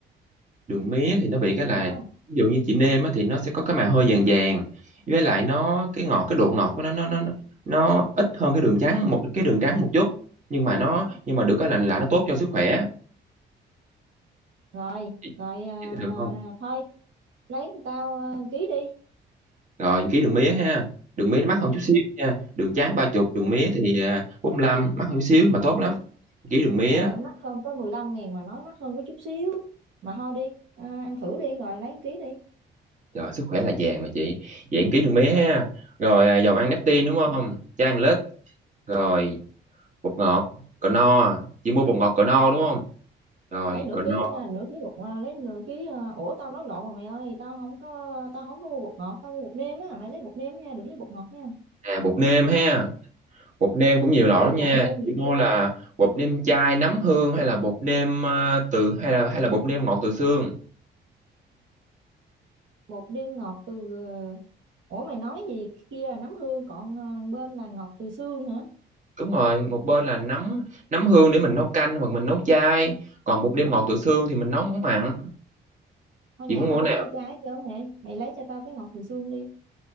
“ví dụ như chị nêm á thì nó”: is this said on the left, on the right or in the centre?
Right